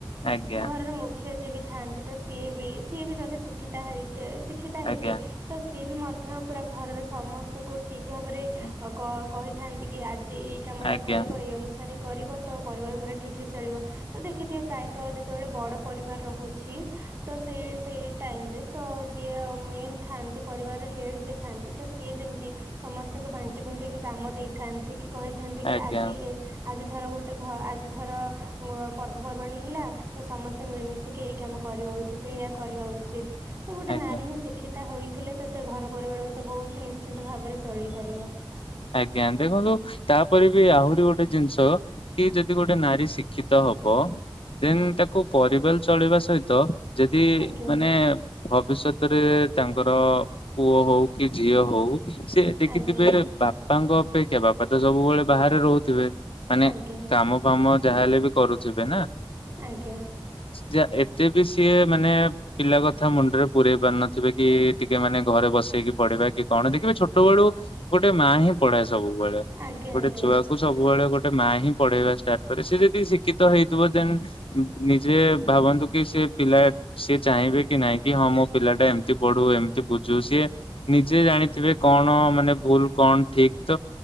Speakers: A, on the left; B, on the right.
A: ଆଜ୍ଞା
B: ଘରର ମୁଖ୍ୟ ଯିଏ ବି ଥାଆନ୍ତି, ତ ସିଏ ବି ସିଏ ବି ଯଦି ଶିକ୍ଷିିତା ହେଇ ଶିକ୍ଷିତା ହେବେ
A: ଆଜ୍ଞା
B: ତ ସିଏ ବି ମଧ୍ୟ ପୁରା ଘରର ସମସ୍ତଙ୍କୁ ଠିକ ଭାବରେ
A: ଆଜ୍ଞା
B: କ କହିଥାନ୍ତି, କି ଆଜି ଏଇ କାମଟା
A: ଆଜ୍ଞା
B: କରିବ, ଏଇ ଅନୁସାରେ କରିବ ତ ପରିବାର ପୁରା ଠିକ୍ ରେ ଚଳିବ, ତ ଦେଖିଥିବେ ପ୍ରାୟତଃ! ଯେତେବେଳେ ବଡ଼ ପରିବାର ରହୁଛି ତ ସେ ସେଇ ଟାଇମରେ ତ ଯିଏ ମେନ ଥାନ୍ତି ପରିବାରର ହେଡ୍ ଯିଏ ଥାନ୍ତି, ତ ସିଏ ଯେମିତି ସମସ୍ତଙ୍କୁ ବାଣ୍ଟି କୁଣ୍ଟକି କାମ ଦେଇଥାନ୍ତି କହିଥାନ୍ତି, କି
A: ଆଜ୍ଞା
B: ଆଜି ଏ ଆଜି ଥର ଗୋଟେ ଗୋଟେ ଆଜିଥର ପର୍ବପର୍ବାଣୀ ହେଲା, ତ ସମସ୍ତେ ମିଳିମିଶିକି ଏଇ କାମ କରିବା ଉଚିତ। କରିବା ଉଚିତ। ତ ଗୋଟେ
A: ଆଜ୍ଞା।
B: ନାରୀ ହିଁ ଶିଖି ହେଥିଲେ, ତ ସେ ଘର ପରିବାରକୁ ତ ବହୁତ ନିଶ୍ଚିନ୍ତ ଭାବରେ ଚଳେଇ ପାରିବ।
A: ଆଜ୍ଞା! ଦେଖନ୍ତୁ ତାପରେ ବି ଆହୁରି ଗୋଟେ ଜିନିଷ, କି ଯଦି ଗୋଟେ ନାରୀ ଶିକ୍ଷିତ ହବ। ଦେନ ତାକୁ ପରିବଲ ଚଳେଇବା ସହିତ ଯଦି
B: ଆଜ୍ଞା
A: ମାନେ ଭବିଷ୍ୟତରେ ତାଙ୍କର ପୁଅ ହଉ କି ଝିଅ ହଉ ସେି ଦେଖିଥିବେ,
B: ଆଜ୍ଞା
A: ବାପାଙ୍କ ଅପେକ୍ଷା ବାପା ତ ସବୁବେଳେ ବାହାରେ ରହୁଥିବେ ମାନେ
B: ଆଜ୍ଞା
A: କାମ ଫାମ ଯାହାହଲେ ବି କରୁଥିବେ ନା।
B: ଆଜ୍ଞ!
A: ଯ ଏତେ ବି ସିଏ ମାନେ ପିଲା କଥା ମୁଣ୍ଡରେ ପୂରେଇ ପାରୁନଥିବେ, କି ଟିକେ ମାନେ ଘରେ ବସେଇକି ପଢାଇବା କି କଣ ଦେଖିବେ ଛୋଟ ବେଳୁ ଗୋଟେ ମା ହିଁ ପଢାଏ। ସବୁବେଳେ
B: ଆଜ୍ଞା
A: ଗୋଟେ
B: ଆଜ୍ଞା
A: ଛୁଆକୁ ସବୁବେଳେ ଗୋଟେ ଗୋଟେ ମା ହିଁ ପଢେଇବା ଷ୍ଟାର୍ଟ କରେ ସେ ଯଦି ଶିକ୍ଷିତ ହେଇଥିବ ଦେନ୍ ନିଜେ ଭାବନ୍ତୁ କି ସେ ପିଲା ସେ ଚାହିଁବେ କି ନାଇଁ କି ହଁ ମୋ ପିଲା ଟା ଏମିତି ପଢୁ ଏମିତି ବୁଝୁ ସିଏ ନିଜେ ଜାଣିଥିବେ କଣ ମାନେ ଭୁଲ କଣ ଠିକ ତ